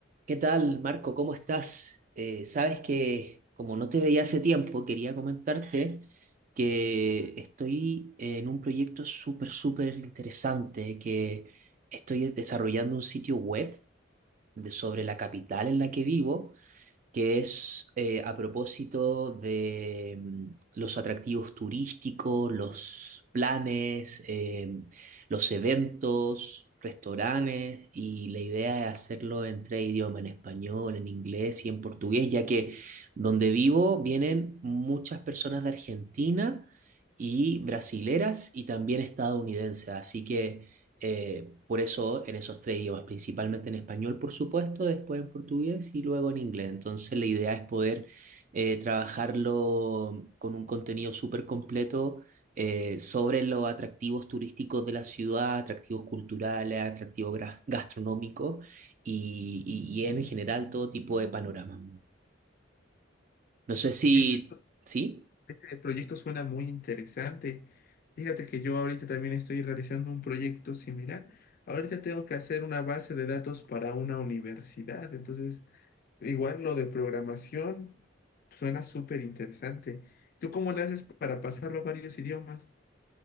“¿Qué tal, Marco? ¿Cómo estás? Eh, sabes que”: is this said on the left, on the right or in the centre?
Right